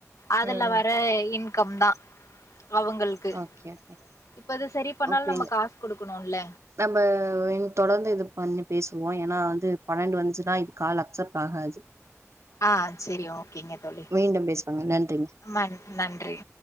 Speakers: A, on the left (about 75°); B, on the right (about 60°).
A: அதுல
B: ம்
A: வர இன்கம் தா அவ்ங்களுக்கு
B: ஓகே ஓகே
A: இப்ப அது செரி பண்ணாலு
B: ஓகேங்க
A: நம்ம காசு குடுக்கணுல்ல
B: நம்ம இனி தொடர்ந்து இது பண்ணி பேசுவோ ஏனா வந்து பன்னெண்டு வந்துச்சுன்னா இது கால் அக்செப்ட் ஆகாது
A: ஆ செரி ஓகேங்க தோழி
B: மீண்டும் பேசுவாங்க நன்றி
A: மன் நன்றி